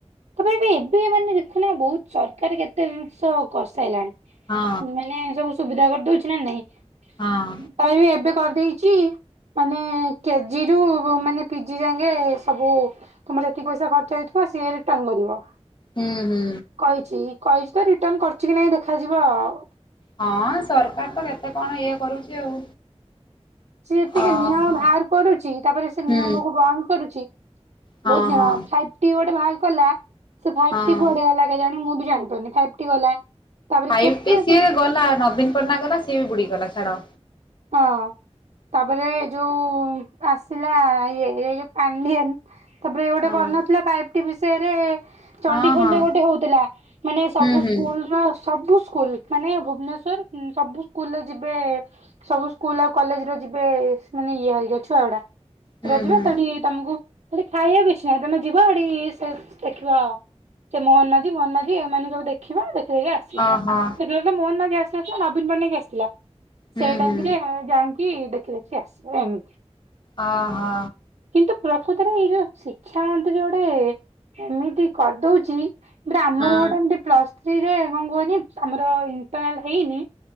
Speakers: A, on the right; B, on the left.
A: ତାପରେ ବି ଏବେ ମାନେ ଦେଖୁନ ବହୁତ ସରକାର କେତେ ଜିନିଷ କରିସାଇଲାଣି।
B: ହଁ
A: ମାନେ ସବୁ ସୁବିଧା କରିଦଉଛି ନା ନାଇଁ?
B: ହଁ।
A: ତାପରେ ବି ଏବେ କରିଦେଇଛି। ମାନେ କେ ଜି ରୁ ମାନେ ପି ଜି ଜାଙ୍କେ ସବୁ ତମର ଯେତିକି ପଇସା ଖ ଚ ହେଇଥିବ ସିଏ ରିଟର୍ନ କରିବ।
B: ହୁଁ ହୁଁ।
A: କହିଛି କହିଛି ତ ରିଟର୍ନ କରୁଛି କି ନାଇଁ ଦେଖାଯିବ ଆଉ।
B: ହଁ ସରକାର ତ କେତେ କଣ ଇଏ କରୁଛି ଆଉ।
A: ସେ ଯେତିକି
B: ଓହୋ।
A: ନିୟମ ବାହାର କରୁଛି ତାପରେ ସେ
B: ହୁଁ
A: ନିୟମକୁ ବନ୍ଦ କରୁଛି।
B: ହଁ
A: ବହୁତ୍ ନିୟମ
B: ହଁ
A: ଫାଇ ଟି ଗୋଟେ ବାହାର କଲା ସେ ଫାଇଫ
B: ହଁ।
A: ଟି କୁଆଡେ ଗଲା କେଜାଣି ମୁଁ ବି ଜାଣିପାରୁନି ଫାଇଫ ଟି ଗଲା। ତାପରେ
B: ଫାଇପ
A: କେତେ
B: ଟି ସିଏ
A: ସେ
B: ଗଲା ନବୀନ ପଟ୍ଟନାୟକ ଗଲା ସିଏ ବି ବୁଡି ଗଲା ଛାଡ।
A: ହଁ ତାପରେ ଯୋଉ ଆସିଲା ଇଏ ଏ ଯୋଉ ପାଣ୍ଡିଆନ। ତାପରେ ଏ ଗୋଟେ
B: ହଁ
A: କରିନଥିଲା ଫାଇଫ ଟି ବିଷୟରେ। ଚଣ୍ଡିଖୋଲରେ
B: ହଁ ହଁ
A: ଗୋଟେ ହଉଥିଲା ମାନେ ସବୁ
B: ହୁଁ ହୁଁ
A: ସ୍କୁଲ ର ସବୁ ସ୍କୁଲ ମାନେ ଭୁବନେଶ୍ଵର ଉଁ ସବୁ ସ୍କୁଲରେ ଯିବେ। ସବୁ ସ୍କୁଲ ଆଉ କଲେଜର ଯିବେ ସେ ମାନେ ଇଏ ହରିକା ଛୁଆ ଗୁଡା
B: ହୁଁ
A: ସେରା ଯିବେ
B: ହୁଁ।
A: ସେଠି ତମକୁ। ସେଠି ଖାଇବାକୁ କିଛି ନାହିଁ ତମେ ଯିବ ସେଠି ସେ ଦେଖିବ। ସେ ମୋହନ ମାଝି ଫୋହନ ମାଝି ଏମାନେ ସବୁ ଦେଖିବ। ଦେଖି ଦେଇକି ଆସ <unintelligible>
B: ଓହୋ।
A: ସେତେବେଳେ ତ ମୋହନ ମାଝୀ ଆସିିନଥିଲା ନବୀନ ପଟ୍ଟନାୟକ ଆସିଥିଲା। ସେଇ
B: ହୁଁ
A: ଟାଇମରେ
B: ହୁଁ।
A: ଯାଇଁକି ଦେଖି ଦେଖି ଆସିବ ଏମିତି।
B: ଅ ହ।
A: କିନ୍ତୁ ପ୍ରକୃତରେ ଏଇ ଯୋଉ ଶିକ୍ଷା ମନ୍ତ୍ରୀ ଗୋଟେ ଏମିତି କରିଦଉଚି ବା ଆମର
B: ହଁ
A: ଗୋଟେ ଏମିତି ପ୍ଲସ୍ ଥ୍ରୀରେ କଣ କୁହନି ଆମର ଇଣ୍ଟେରନାଲ ହେଇନି